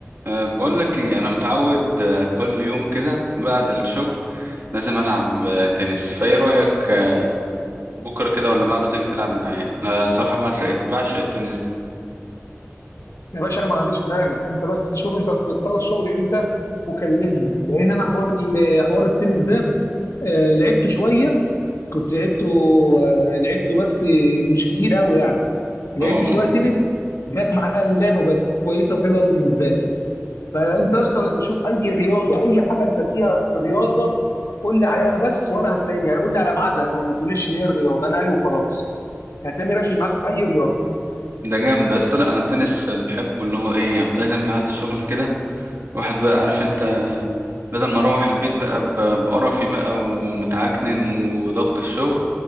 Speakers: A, on the right; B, on the left.
A: أه، بقول لك ايه انا متعود أه، كل يوم كده بعد الشغل لازم العب أه، تنس فايه رايك أه، بكره كده ولا بعده تيجي تلعب معايا أه، الصراحه بعشق بعشق التنس ده
B: يا باشا انا ما عنديش مانع انت بس شوف انت بتخلص شغل امتى وكلمني لان انا حوار ال- حوار التنس ده آه، لعبته شويه كنت لعبته آه، لعبته بس مش كتير قوي يعني لعبت
A: اه
B: شويه تنس جت معايا اللعبه وبقت كويسه وحلوه قوي بالنسبه لي فانت يا اسطى شوف اي رياضه اي حاجه انت فيها في رياضه قول لي عليها بس وانا هتلاقي يعني قول لي على ميعادها كمان ما تقوليش ايه الرياضه انا ايوه وخلاص هتلاقيني راشي معاك في اي رياضه
A: ده جامد ده اصل لا انا التنس بحبه اللي هو ايه لازم بعد الشغل كده واحد بقى عارف انت بدل ما اروح البيت بقى ب- بقرفي بقى ومتعكنن وضغط الشغل